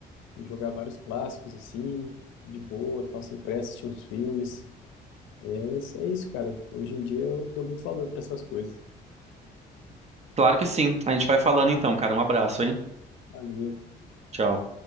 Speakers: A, on the left; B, on the right.
A: e jogar vários clássicos assim, de boa, tal, sem pressa, assistir uns filmes. É, é isso, cara. Hoje em dia eu dou muito valor para essas coisas.
B: Claro que sim. A gente vai falando então, cara. Um abraço, hein?
A: Valeu.
B: Tchau.